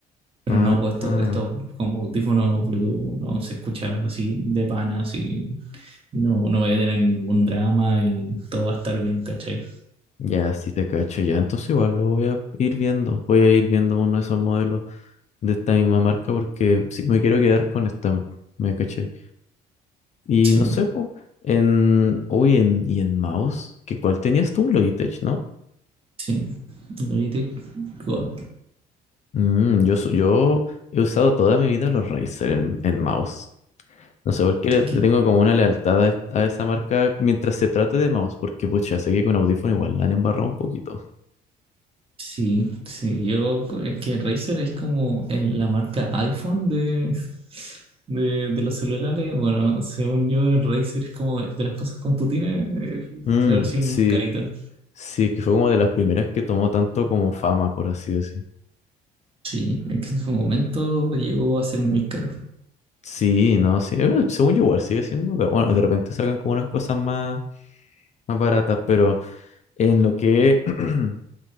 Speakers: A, on the right; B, on the left.
A: Pero
B: ah,
A: no, pues esto,
B: ah,
A: esto como audífonos Bluetooth no se escucha así de pana, así no, no voy a tener ningún drama y todo va a estar bien, ¿cachai?
B: Ya, sí te cacho, ya. Entonces igual lo voy a ir viendo. Voy a ir viendo uno de esos modelos de esta misma marca porque sí, me quiero quedar con esta, me caché. Y
A: Sí,
B: no sé, po, en... Uy, en... ¿Y en mouse? ¿Qué, cuál tenías tú? Logitech, ¿no?
A: sí. Logitech God
B: Mm, yo, so- yo he usado toda mi vida los Razer en, en mouse. No sé por qué le le
A: Killer.
B: tengo como una lealtad a, es- a esa marca mientras se trate de mouse, porque pucha, sé que con audífono igual la han embarrado un poquito.
A: Sí, sí. Yo, es que Razer es como eh, la marca iPhone de, de, de los celulares. Bueno, según yo, el Razer es como de las cosas con Putines, eh,
B: Mm,
A: la versión
B: sí,
A: más carita.
B: sí, que fue como de las primeras que tomó tanto como fama, por así decir.
A: Sí, es que en su momento llegó a ser muy caro.
B: Sí, no, sí, eh, según yo igual sigue siendo, pero bueno, de repente sacan como unas cosas más, más baratas, pero en lo que, <clears throat>